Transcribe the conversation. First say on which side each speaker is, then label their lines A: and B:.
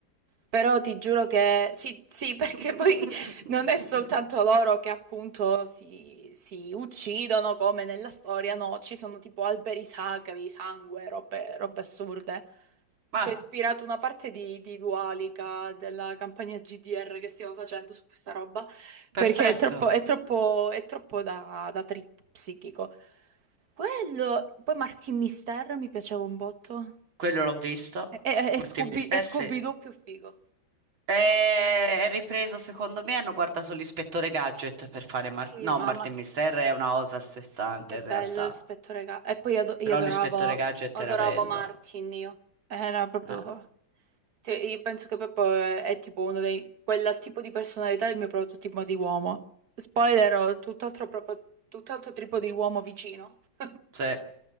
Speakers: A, on the right (about 50°); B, on the right (about 90°).
A: però ti giuro che sì, sì, <laughs> perché
B: <laughs>
A: poi non è soltanto loro che appunto si, si uccidono come nella storia, no, ci sono tipo alberi sacri, sangue, robe, robe assurde.
B: Ah,
A: Ci ha ispirato una parte di, di Dualica della campagna GDR che stiamo facendo su questa roba,
B: perfetto.
A: perché è troppo, è troppo, è troppo da, da trip psichico. Quello, poi Martin Mister mi piaceva un botto.
B: Quello l'ho visto.
A: E, e,
B: Martin
A: e Scooby,
B: Mister,
A: e
B: sì.
A: Scooby-Doo
B: E-
A: più figo.
B: È ripreso, secondo me, hanno guardato l'ispettore Gadget per fare... Mar-
A: Sì,
B: no,
A: mamma,
B: Martin
A: che
B: Mister è una cosa a sé stante
A: che
B: in
A: bello
B: realtà,
A: il spettro regà. E poi io, ado- io
B: però
A: adoravo,
B: l'ispettore Gadget
A: adoravo
B: era bello.
A: Martin, io. Era proprio...
B: Eh,
A: Cioè, io penso che proprio è, è tipo uno dei... quel tipo di personalità è il mio prototipo di uomo. Spoiler, ho tutt'altro proprio... tutt'altro tipo di uomo vicino. <laughs>
B: sì.